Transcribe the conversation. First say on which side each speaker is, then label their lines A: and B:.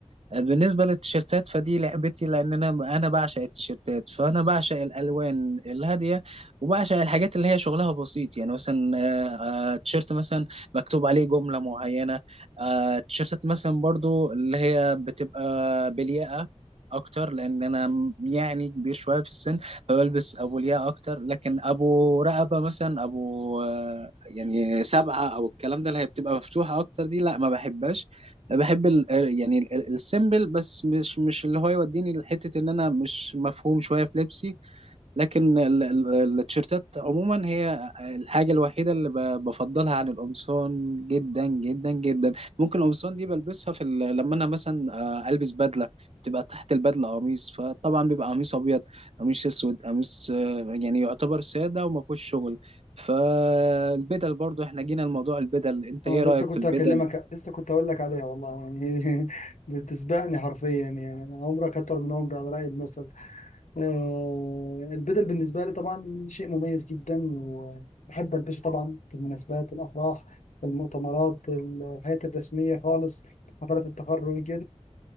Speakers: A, on the right; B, on the left.
A: بالنسبة للتيشيرتات فدي لعبتي لأن أنا أنا بعشق التيشيرتات فأنا بعشق الألوان الهادية وبعشق الحاجات اللي هي شغلها بسيط يعني مثلا آه، آه، تيشيرت مثلا مكتوب عليه جملة معينة آه، تيشيرتات مثلا برضو اللي هي بتبقى بلياقة أكتر لأن أنا م- يعني كبير شوية في السن فبلبس أبو لياقة أكتر لكن أبو رقبة مثلا أبو آه، يعني سبعة أو الكلام ده اللي هي بتبقى مفتوحة أكتر دي لا ما بحبهاش بحب ال يعني ال- ال- السيمبل بس مش مش اللي هو يوديني لحتة ان انا مش مفهوم شوية في لبسي لكن ال- ال- التيشيرتات عموما هي الحاجة الوحيدة اللي ب- بفضلها عن القمصان جدا جدا جدا ممكن القمصان دي بلبسها في ال- لما انا مثلا آه، البس بدلة تبقى تحت البدلة قميص فطبعا بيبقى قميص ابيض قميص اسود قميص آه، يعني يعتبر سادة وما فيهوش شغل فالبدل برضو احنا جينا لموضوع البدل انت
B: اه
A: ايه
B: لسه
A: رأيك
B: كنت
A: في البدل
B: هكلمك لسه كنت هقول لك عليها والله يعني <laughs> بتسبقني حرفيا يعني أنا عمرك اكتر من عمري على رأي المثل آه البدل بالنسبة لي طبعا شيء مميز جدا وبحب البسه طبعا في المناسبات الافراح في المؤتمرات الحياة الرسمية خالص حفلات التخرج